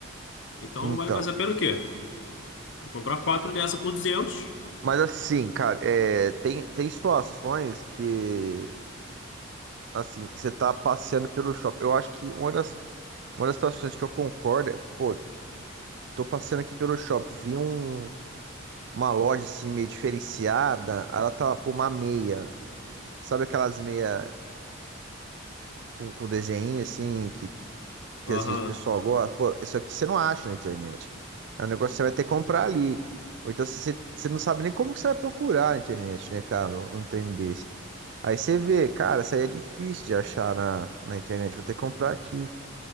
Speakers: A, on the left; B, on the right.
A: Então
B: Então.
A: vale mais a pena o quê? Eu comprar quatro dessa por 200?
B: Mas assim, cara, é, tem, tem situações que, assim, você tá passeando pelo shopping. Eu acho que uma das, uma das situações que eu concordo é, pô, tô passeando aqui pelo shopping, vi um, uma loja assim meio diferenciada, aí ela tava por uma meia. Sabe aquelas meia com, com desenho assim, que, que
A: Aham,
B: às vezes o pessoal gosta? Pô, isso aqui você não acha na internet. É um negócio que você vai ter que comprar ali. Ou então você, você você não sabe nem como que você vai procurar na internet, né, cara? Um um trem desse. Aí você vê, cara, isso aí é difícil de achar na, na internet, vou ter que comprar aqui.